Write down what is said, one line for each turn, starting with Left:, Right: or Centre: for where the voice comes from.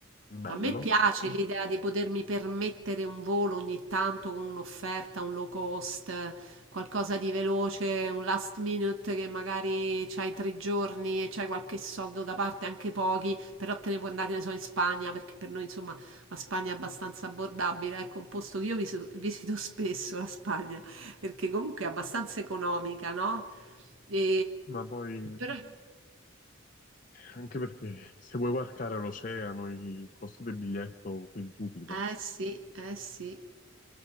Left: bello,
Right: a me piace l'idea di potermi permettere un volo ogni tanto con un'offerta, un low cost, qualcosa di veloce, un last minute che magari c'hai tre giorni e c'hai qualche soldo da parte, anche pochi, però te ne puoi andare, che ne so, in Spagna, perché per noi, insomma, la Spagna è abbastanza abbordabile. Ecco, un posto che io visito, visito spesso, la Spagna perché comunque è abbastanza economica, no? E...
Left: ma poi
Right: Però...
Left: anche perché se vuoi varcare l'oceano il costo del biglietto quintuplica.
Right: Eh sì, eh sì.